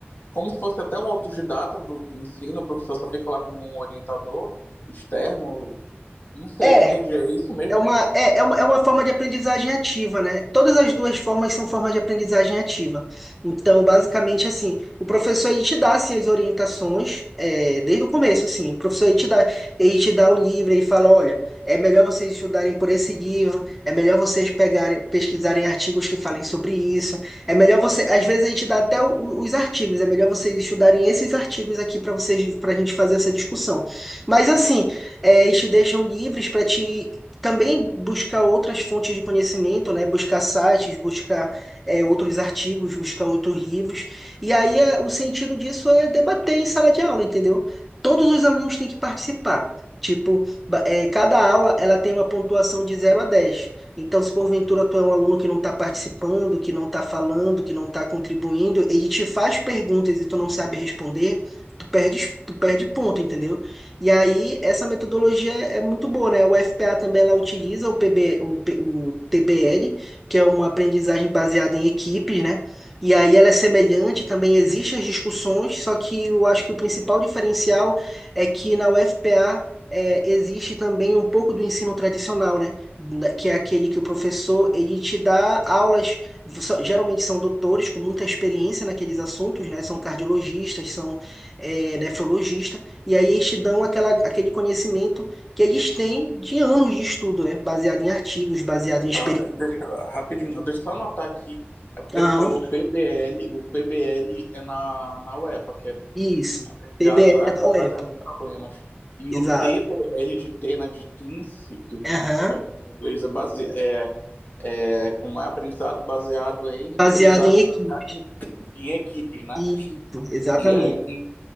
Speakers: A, on the left; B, in the centre.
A: como se fosse até um autodidata do, do ensino, o professor só fica lá como um orientador externo. Não sei,
B: É,
A: não entendi. É isso mesmo?
B: É uma, é, é uma, é uma forma de aprendizagem ativa, né? Todas as duas formas são formas de aprendizagem ativa. Então, basicamente, assim, o professor ele te dá assim, as orientações é, desde o começo, assim. O professor ele te dá, ele te dá o livro e fala, olha, é melhor vocês estudarem por esse livro, é melhor vocês pegarem, pesquisarem artigos que falem sobre isso, é melhor você, às vezes ele te dá até o- o- os artigos, é melhor vocês estudarem esses artigos aqui para vocês, para a gente fazer essa discussão. Mas assim, é, eles te deixam livres para te também buscar outras fontes de conhecimento, né? Buscar sites, buscar é, outros artigos, buscar outros livros. E aí é- o sentido disso é debater em sala de aula, entendeu? Todos os alunos têm que participar. Tipo, ba- é, cada aula ela tem uma pontuação de zero a 10. Então, se porventura tu é um aluno que não está participando, que não está falando, que não está contribuindo, ele te faz perguntas e tu não sabe responder, tu perde, tu perde ponto, entendeu? E aí, essa metodologia é muito boa, né? O FPA também ela utiliza o, PB, o, P- o TBL, que é uma aprendizagem baseada em equipes, né? E aí ela é semelhante, também existem as discussões, só que eu acho que o principal diferencial é que na UFPA é, existe também um pouco do ensino tradicional, né? Da- Que é aquele que o professor ele te dá aulas, so- geralmente são doutores com muita experiência naqueles assuntos, né? São cardiologistas, são é, nefrologistas. E aí eles te dão aquela, aquele conhecimento que eles têm de anos de estudo, né? Baseado em artigos, baseado em experiência.
A: Tá, deixa eu- rapidinho, deixa eu só anotar aqui. É porque
B: Aham,
A: tu falou PBL, o PBL é na, na UEPA, que é
B: isso.
A: aprendizagem
B: PBL é da UEPA.
A: baseada em problemas. E
B: Exato.
A: o TBL de Tena de Teams, que
B: Aham.
A: pegando em inglês, é, base, é é, com um aprendizado baseado em
B: Baseado
A: aprendizagem
B: em equipes.
A: baseada em, em equipes, né?
B: Isso, exatamente.
A: E aí,